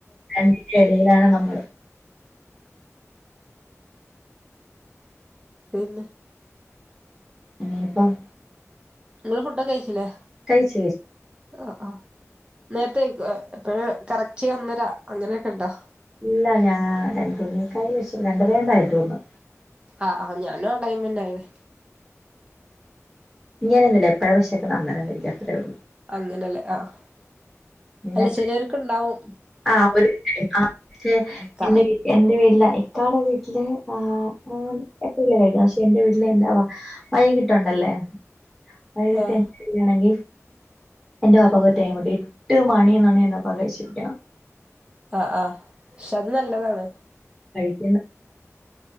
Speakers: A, in the centre; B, on the right.
A: രണ്ടിന്റെ എടയിലാണ് നമ്മള്
B: പിന്നെ
A: ഇനിയിപ്പം
B: നിങ്ങൾ ഫുഡൊക്ക കഴിച്ചിലെ
A: കഴിച്ച് കഴിച്ച്
B: ആഹ് ആഹ് നേരത്തെ കഴിക്കോ എപ്പഴ്‌ കറക്റ്റ് ഒന്നര അങ്ങനെയൊക്കെ ഇണ്ടോ
A: ഇല്ല ഞാൻ രണ്ടു മണിയൊക്കെ ആയി വെശപ്പ് രണ്ടര യല്ലേ ആയിട്ടുള്ളു
B: ആഹ് ആഹ് ഞാനും ആ ടൈമെ ആയിന്
A: ഇങ്ങനെയൊന്നുല്ല എപ്പോഴാ വെശക്കണേ അന്നരം കഴിക്കും അത്രേ ഒള്ളൂ
B: അങ്ങനെലെ ആഹ്
A: പിന്നെ
B: അല്ല ചെലലോൽക് ഇണ്ടാവും
A: ആ ഒരു <unintelligible>
B: കറ
A: എന്റെ എന്റെ പേരിൽ ഇക്കാടെ വീട്ടിൽ ആഹ് <unintelligible> പക്ഷെ എന്റെ വീട്ടിൽ എന്താ വ വൈഴികിട്ടോണ്ടല്ലേ വൈകീട്ട്
B: ആഹ്
A: <unintelligible> ഫ്രീ ആണെങ്കി എന്റെ പപ്പാക്ക് ഒര് ടൈം ഇണ്ട് എട്ട് മണി എന്നാണ് അപ്പം കഴിച്ചിരിക്കണം.
B: ആഹ് ആഹ് ക്ഷെ അത് നല്ലതാണ്.
A: <unintelligible> <unintelligible>